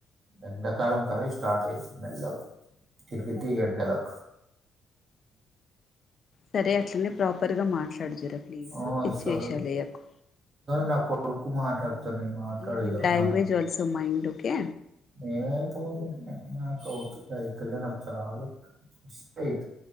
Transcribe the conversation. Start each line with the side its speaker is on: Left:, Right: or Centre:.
Right: ఎడాకాలం కలి స్టార్ట్ అయి <unintelligible>
Left: సరే అట్లనే ప్రాపర్ గా మా ట్లాడు జరా ప్లీస్
Right: ఆ,
Left: పిచ్చి
Right: సరే
Left: వేషాలు వెయ్యకు
Right: నా కొడుకు మాట్డుతనే మాట్లాడగా
Left: ఈవెన్ లాంగ్వేజ్
Right: నా
Left: ఆల్సో మైండ్ ఓకే
Right: <inaudible>